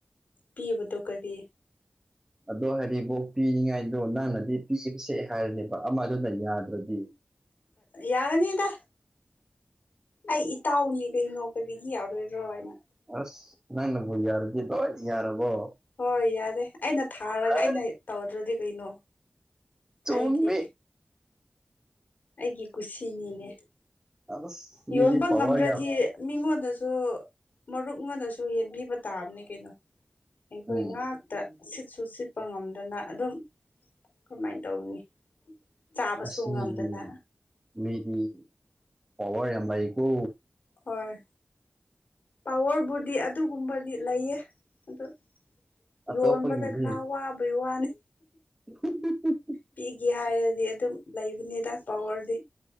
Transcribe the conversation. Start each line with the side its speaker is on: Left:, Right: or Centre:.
Left: ꯄꯤꯕꯗꯣ ꯀꯔꯤ
Right: ꯑꯗꯣ ꯍꯥꯏꯔꯤꯕꯣꯛ ꯄꯤꯅꯤꯡꯉꯥꯏꯗꯣ ꯅꯪꯅꯗꯤ ꯄꯤꯕꯁꯦ ꯍꯥꯏꯔꯅꯦꯕ ꯑꯃꯗꯨꯅ ꯌꯥꯗ꯭ꯔꯗꯤ
Left: ꯌꯥꯒꯅꯤꯗ ꯑꯩ ꯏꯇꯥꯎꯅꯤ ꯀꯩ ꯅꯣ ꯀꯔꯤꯒꯤ ꯌꯥꯎꯔꯣꯏꯗ꯭ꯔꯣ ꯍꯥꯏꯅ
Right: ꯑꯁ ꯅꯪ ꯅꯕꯨ ꯌꯥꯔꯗꯤ ꯂꯣꯏ ꯌꯥꯔꯕꯣ
Left: ꯍꯣꯏ ꯌꯥꯔꯦ ꯑꯩꯅ ꯊꯥꯔꯒ
Right: ꯑꯥ
Left: ꯑꯩꯅ ꯇꯧꯗ꯭ꯔꯗꯤ ꯀꯩꯅꯣ
Right: ꯆꯨꯝꯃꯤ
Left: ꯑꯩꯒꯤ ꯑꯩꯒꯤ ꯀꯨꯁꯤꯅꯤꯅꯦ
Right: ꯑꯁ ꯃꯤꯗꯤ
Left: ꯌꯣꯟꯕ
Right: ꯄꯋꯥꯔ
Left: ꯉꯝꯗ꯭ꯔꯗꯤ
Right: ꯌꯥꯝ
Left: ꯃꯤꯉꯣꯟꯗꯁꯨ ꯃꯔꯨꯞꯉꯣꯟꯗꯁꯨ ꯌꯦꯟꯕꯤꯕ ꯇꯥꯕꯅꯦ ꯀꯩꯅꯣ ꯑꯩꯈꯣꯏ
Right: ꯎꯝ
Left: ꯉꯥꯛ ꯇ ꯁꯤꯠꯁꯨ ꯁꯤꯠꯄ ꯉꯝꯗꯅ ꯑꯗꯨꯝ ꯀꯃꯥꯏꯟ ꯇꯧꯅꯤ ꯆꯥꯕꯁꯨ
Right: ꯑꯁ ꯃꯤꯒꯤꯌꯨꯝ
Left: ꯉꯝꯗꯅ
Right: ꯃꯤꯗꯤ ꯄꯋꯥꯔ ꯌꯥꯝ ꯂꯩꯀꯣ
Left: ꯍ‌ꯧꯏ ꯄꯋꯥꯔꯕꯨꯗꯤ ꯑꯠ ꯇꯨꯒꯨꯝꯕꯒꯤ ꯂꯩꯌꯦ ꯑꯗ‌ꯣ
Right: ꯑꯇꯣꯞꯄꯒꯤꯗꯤ
Left: ꯌꯣꯟꯕꯗ ꯈꯔ ꯋꯥꯕꯩ ꯋꯥꯅꯤ
Right: <unintelligible>
Left: ꯄꯤꯒꯦ ꯍꯥꯏꯔꯗꯤ ꯑꯗꯨꯝ ꯂꯩꯕꯅꯤꯗ ꯄꯋꯥꯔꯗꯤ